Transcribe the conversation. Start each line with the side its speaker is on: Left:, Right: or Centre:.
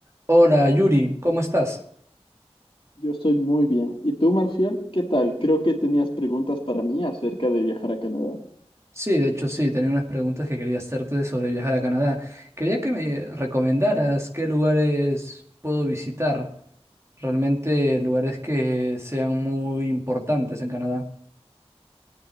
Right: Hola Yuri, ¿cómo estás?
Left: Yo estoy muy bien. ¿Y tú, Marcial? ¿Qué tal? Creo que tenías preguntas para mí acerca de viajar a Canadá.
Right: Sí, de hecho sí, tenía unas preguntas que quería hacerte sobre viajar a Canadá. Quería que me recomendaras qué lugares puedo visitar, realmente lugares que sean muy importantes en Canadá.